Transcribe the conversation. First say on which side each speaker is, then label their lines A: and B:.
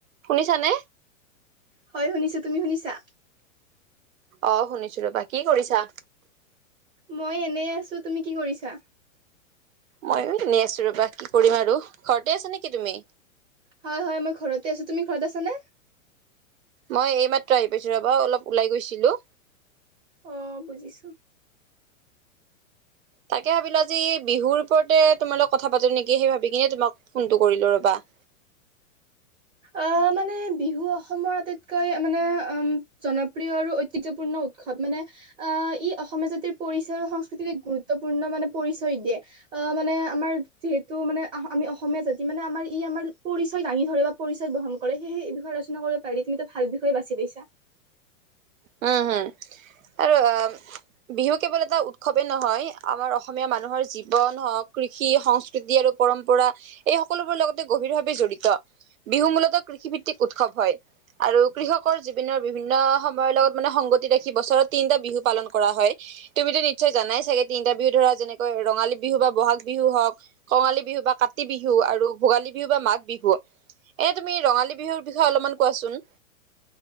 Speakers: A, on the right; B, on the right.
A: শুনিছানে?
B: হয় শুনিছোঁ তুমি শুনিছা?
A: অ শুনিছোঁ ৰবা কি কৰিছা?
B: মই এনেই আছোঁ তুমি কি কৰিছা?
A: মই এনেই আছোঁ ৰবা কি কৰিম আৰু ঘৰতে আছা নেকি তুমি?
B: হয়, হয়, মই ঘৰতে আছোঁ তুমি ঘৰত আছানে?
A: মই এইমাত্ৰ আহি পাইছো ৰবা অলপ ওলাই গৈছিলো
B: আহ বুজিছো
A: তাকে ভাবিলো আজি বিহুৰ ওপৰতে তোমাৰ লগ কথা পাতো নেকি সেই ভাবি কিনে তোমাক ফোনটো কৰিলো ৰবা <inaudible>
B: আহ মানে বিহু অসমৰ আটাইতকৈ মানে উম। জনপ্ৰিয় আৰু ঐতিহ্যপূৰ্ণ উৎসৱ মানে আহ ই অসমীয়া জাতিৰ পৰিচয় আৰু সংস্কৃতিৰ এক গুৰুত্বপূৰ্ণ মানে পৰিচয় দিয়ে। মানে আমাৰ যিহেতু মানে আমি অসমীয়া জাতি মানে আমাৰ ই আমাৰ পৰিচয় দাঙি ধৰিব পৰিচয় বহন কৰে সেই বিষয়ে আলোচনা কৰিব পাৰি তুমিতো ভাল বিষয়ে বাছি দিছা।
A: উম! হম আৰু বিহু কেৱল এটা উৎসৱে নহয় আমাৰ অসমীয়া মানুহৰ জীৱন হওঁক, কৃষি সংস্কৃতি আৰু পৰম্পৰা এই সকলোবোৰৰ লগতে গভীৰভাৱে জড়িত। বিহু মূলতঃ কৃষিভিত্তিক উৎসৱ হয় আৰু কৃষকৰ জীৱনৰ বিভিন্ন সম- য় লগত মানে সংগতি ৰাখি বছৰত তিনিটা বিহু পালন কৰা হয়। তুমিটো নিশ্চয় জানাই চাগে তিনিটা বিহু ধৰা। যেনেকৈ ৰঙালী বিহু বা বহাগ বিহু হওক। কঙালী বিহু বা কাতি বিহু আৰু ভোগালী বিহু বা মাঘ বিহু। এনে তুমি ৰঙালী বিহুৰ বিষয়ে অলপমান কোৱাচোন